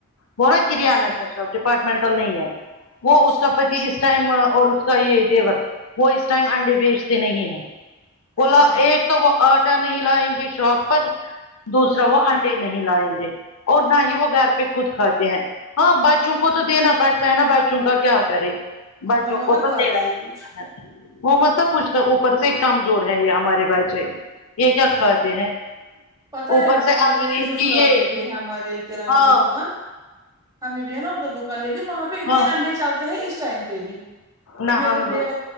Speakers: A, on the left; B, on the right.
A: وہ نا کرانہ
B: ہسبینڈ
A: کیا شب ڈپارٹمنٹل نہیں ہے وہ
B: اچھا
A: اس کا پاتی ٹائما اور اس کا یہ دیور وہ اس ٹائم انڈے بیچتے نہیں ہے بولا
B: اچھا کر
A: ایک تو وہ آٹا نہیں لائیں گے شاپ پر دوسرا
B: ہوں
A: وہ انڈے نہیں لائیں گے اور نہ ہی وہ گھر پہ خود کھاتے ہیں ہاں بچوں کو تو دینا پڑتا ہے نا بچوں کا کیا کرے بچوں
B: وہ مطلب
A: کو
B: کھاتے
A: تیرا
B: ہیں
A: رہا
B: کچھ
A: وہ مت توب کچھ اوپر سے کمزور ہے یہ ہمارے بچے یہ کیا
B: اور
A: کھاتے ہیں
B: پتہ
A: اوپر
B: ہے ہمارے
A: سے اگر
B: میرے
A: ان
B: سسرال
A: کی یہ
B: میں بھی ہے ہمارے کرانے
A: ہاں
B: کی دکان ہمیں بھی ہے نا ادھر دکان لیکن وہاں پہ اتنے
A: ہاں
B: انڈے چلتے ہیں اس ٹائم پہ بھی
A: نہ
B: میرا
A: ہم
B: دیور
A: ہوں